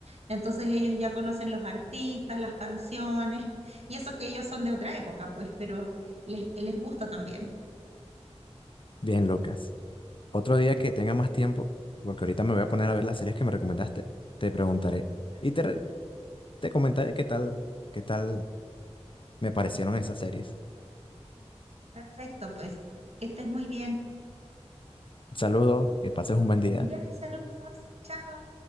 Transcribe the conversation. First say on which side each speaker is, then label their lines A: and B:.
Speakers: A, on the right; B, on the left.
A: entonces ellos ya conocen los artistas, las canciones, y eso que ellos son de otra época, pues, pero les, les gusta también.
B: Bien locas. Otro día que tenga más tiempo, porque ahorita me voy a poner a ver las series que me recomendaste, te preguntaré y te,
A: Súper,
B: re- te comentaré qué tal, qué tal me parecieron esas series.
A: perfecto, pues, que estés muy bien.
B: Saludos, que pases un buen día.
A: Ya, saludos, chao.